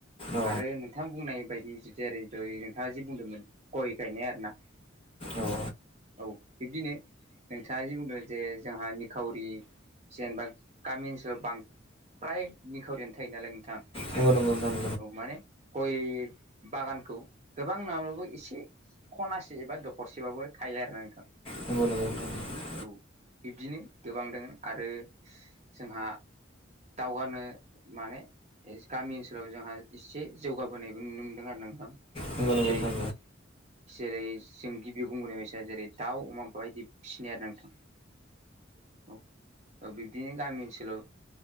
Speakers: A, on the left; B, on the right.
A: औ
B: आरो नोंथां बुंनाय बायदि जेरै दै नोंथाङा जि बुंदोंमोन गय गायनाय आरोना
A: नोंथां औ
B: औ बिब्दिनो नोंथाङा जि बुंदों जे जोंहा निखावरि जेनबा गामि ओनसोलाव बांद्राय निखावरिआनो थायो नालाय नोंथां
A: नंगो नंगो नोंथां नंगो
B: औ माने गय बागानखौ गोबां नाङाबाबो एसे खनासे एबा दखरसेबाबो थायो आरोना नोंथां
A: नंगौ नंगौ नंगौ नोंथां
B: औ बिब्दिनो गोबां दङो आरो जोंहा दावगानो माने गामि ओनसोलाव जोंहा एसे जौगाबोनायबो नुनो मोनदों आरो नोंथां
A: नंगौ नंगौ
B: जेरै-जेरै
A: नोंथां
B: जों गिबियाव बुंबोनाय बायसा जेरै- दाउ अमा बाय दि फिसिनाय आरो नोंथां। औ, ओ बिदिनो गामि ओनसोलाव,